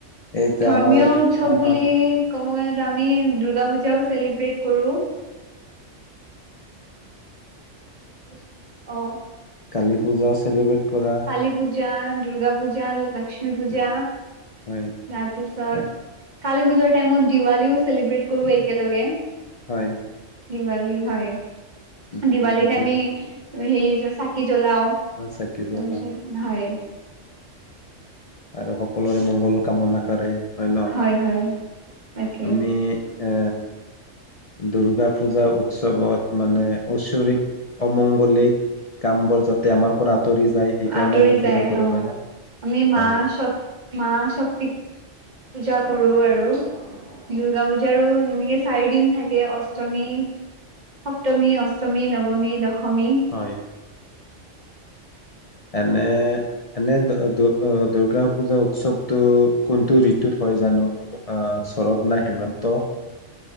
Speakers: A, on the left (about 50°); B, on the right (about 35°).
A: এইতিয়া
B: ধৰ্মীয়
A: আমাৰ
B: উৎসৱ বুলি ক'ব গলেটো আমি দুৰ্গা পূজাও চেলিব্ৰেট কৰো। <unintelligible> অ।
A: কালী পূজা চেলিব্ৰেট। কৰা
B: কালী পূজ। জা দুৰ্গা পূজা লক্ষ্মী। ক্ষ্মী পূজা।
A: উম, হয়
B: তাৰপিছত।
A: এ,
B: কালী পূজাৰ টাইমত দিৱালীও। চেলিব্ৰেট কৰোঁ
A: উম,
B: একেলগে।
A: হয়
B: দিৱালী হয়।
A: উম,
B: দিৱালীত
A: উম, যেতিয়া
B: আমি। সেই যে চাকি। জ্বলাও তাৰপিছত
A: চাকি জ্বলা
B: হয়।
A: আৰু সকলোৰে মংগল কামনা। কৰে ন
B: হয় হয়। তাকে
A: আমি এ। দুৰ্গাপূ। পূজা উৎসৱত মানে ঐশ্বৰিক অমংগলিক। কাম বোৰ যাতে আমাৰ পৰা। আঁতৰি যায় সেইকাৰণে
B: আঁতৰি
A: আমি পূজা
B: যায়
A: কৰো
B: অ
A: হয় না
B: আমি মা
A: হয়
B: শ মা শক্তি পূজা। কৰোঁ আৰু দুৰ্গা পূজাৰো এনেকে চাৰি দিন থাকে অষ্টমী সপ্তমী অষ্টমী নৱমী দশ। সমি।
A: হয়। এনে এনে দু অ। দূৰ্গাপূজা উৎসৱটো কোনটো ঋতুত হয় জানো শৰৎ নে হেমন্ত।